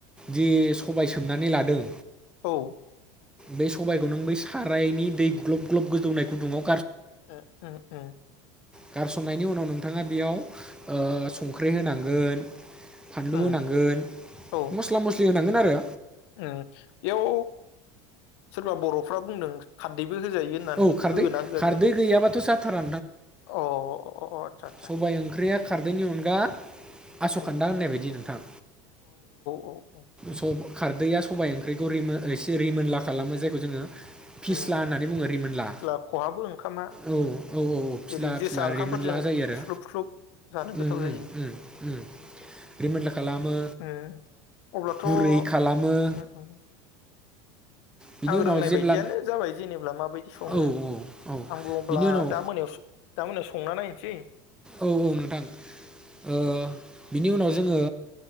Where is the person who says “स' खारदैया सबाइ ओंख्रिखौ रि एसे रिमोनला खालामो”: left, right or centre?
Centre